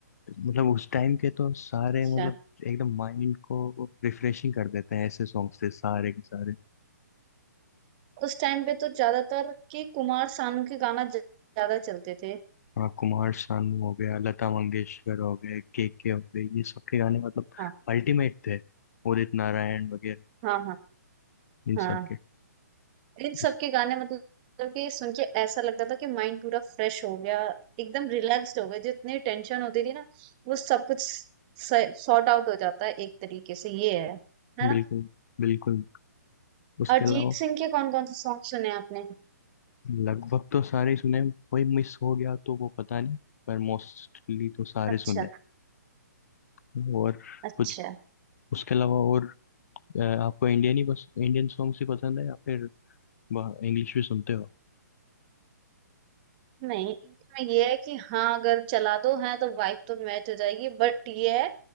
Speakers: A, on the left (about 60°); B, on the right (about 30°).
A: मतलब उस टाइम के तो सारे मतलब
B: है
A: एकदम माइंड को रिफ्रेशिंग कर देते हैं ऐसे सॉन्ग्स थे सारे के सारे
B: उस टाइम पे तो ज्यादातर कि कुमार सानू के गाना ज- ज्यादा चलते थे
A: हाँ कुमार सानू हो गया लता मंगेशकर हो गए के के हो गए ये सब के गाने मतलब
B: हाँ
A: अल्टीमेट थे उदित नारायण वगैरह
B: हाँ हाँ
A: इन
B: हाँ
A: सब के
B: इन
A: इस-
B: सब के गाने मतलब कि सुन के ऐसा लगता था कि माइंड पूरा फ्रेश हो गया एकदम रिलैक्स्ड हो गया जितनी टेंशन होती थी ना वो सब कुछ सॉर्ट आउट हो जाता है एक तरीके से ये है है
A: बिल्कुल
B: ना
A: बिल्कुल उसके
B: अरिजीत
A: अलावा
B: सिंह के कौन कौन से सॉन्ग सुने आपने
A: लगभग तो सारे ही सुने हैं, कोई मिस हो गया तो वो पता नहीं पर मोस्टली तो सारे
B: अच्छा
A: सुने हैं। और
B: अच्छा
A: कुछ उसके अलावा और अ, आपको इंडियन ही बस इंडियन सॉन्ग्स ही पसंद है या फिर इंग्लिश भी सुनते हो
B: नहीं इनमें ये है कि हाँ अगर चला दो है तो वाइब तो मैच हो जाएगी बट ये है